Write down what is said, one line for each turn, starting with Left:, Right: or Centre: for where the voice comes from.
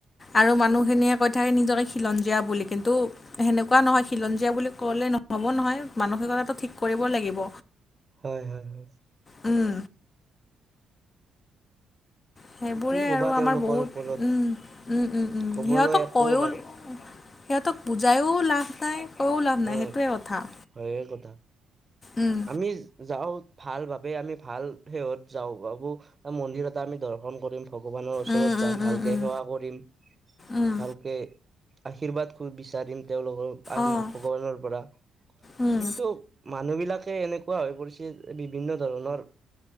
Left: আৰু মানুহখিনিয়ে কৈ থাকে নিজকে খিলঞ্জীয়া বুলি কিন্তু সেনেকুৱা নহয় খিলঞ্জীয়া বুলি ক'লে নহ'ব নহয়, মানসিকতাটো ঠিক কৰিব লাগিব।
Right: হয়-হয়-হয়।
Left: উম। সেইবোৰে
Right: কি কবা
Left: আৰু আমাৰ
Right: তেওঁলোকৰ
Left: বহুত
Right: ওপৰত
Left: উম উম উম উম
Right: কবলৈ
Left: সিহঁতক
Right: একো
Left: কৈ
Right: বাকী
Left: সিহঁতক বুজাও লাভ নাই কৈও লাভ নাই
Right: উম
Left: সেইটোৱে কথা।
Right: হয়ে কথা
Left: উম,
Right: আমি যাওঁ ভাল ভাবে আমি ভাল শেহত যাওঁ ভাবো মন্দিৰতে আমি দৰ্শন কৰিম ভগৱানৰ ওচৰত
Left: উম,
Right: যাম
Left: উম, উম,
Right: ভালকে
Left: উম,
Right: সেৱা কৰিম।
Left: উম,
Right: ভালকে আশীৰ্বাদ খ বিচাৰিম তেওঁলোকৰ আহ
Left: অ',
Right: ভগৱানৰ পৰা।
Left: উম,
Right: কিন্তু মানুহ বিলাকে এনেকুৱা হৈ পৰিছে বিভিন্ন ধৰণৰ